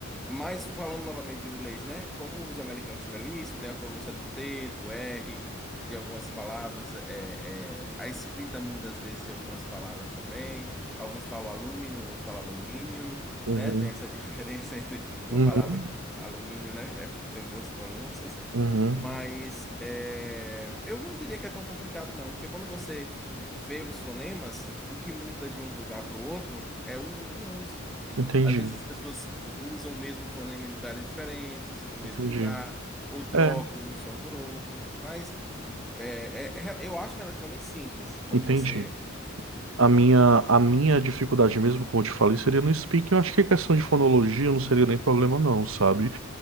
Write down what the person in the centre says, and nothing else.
Mas falando novamente do inglês, né? Como os americanos tiveram isso, tem a pronúncia do T, do R, de algumas palavras, é, é, a escrita muda às vezes de algumas palavras também. Alguns falam alumínio, outros falam aluminium,
né? Tem essa <laughs> diferença entre uma
palavra como alumínio, né? É, tem duas pronúncias.
Mas é, eu não diria que é tão complicado, não, porque quando você vê os fonemas, o que muda de um lugar para o outro é o o uso.
Às vezes as pessoas usam o mesmo fonema em lugares diferentes, no mesmo
lugar, ou trocam
um som por outro, mas é, é- é- eu acho relativamente simples quando
você.